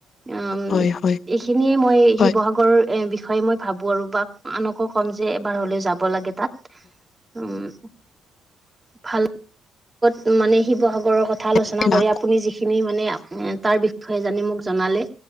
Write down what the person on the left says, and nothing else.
হয়, হয়,
হয়।
এতিয়া